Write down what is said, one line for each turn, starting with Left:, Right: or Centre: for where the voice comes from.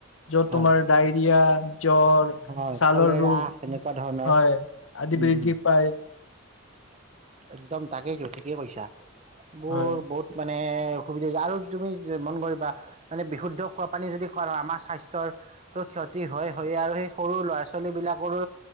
Left: য'ত
Right: হয়
Left: তোমাৰ ডায়েৰিয়া, জ্বৰ
Right: হয়
Left: ছালৰ
Right: কলেৰা,
Left: ৰোগ
Right: তেনেকুৱা ধৰণৰ।
Left: হয় আদি
Right: উম
Left: বৃদ্ধি
Right: উম।
Left: পায়।
Right: একদম তাকেই টো ঠিকেই কইছা বোৰ
Left: হয়,
Right: বহুত মানে মানে অসুবিধা আৰু তাৰে তুমি ই মন কৰিবা মানে বিশুদ্ধ খোৱাপানী যদি খোৱা হয় আমাৰ স্বাস্থ্যৰ ক্ষতি হয়, হয়েই সৰু ল'ৰা ছোৱালী বিলাকতো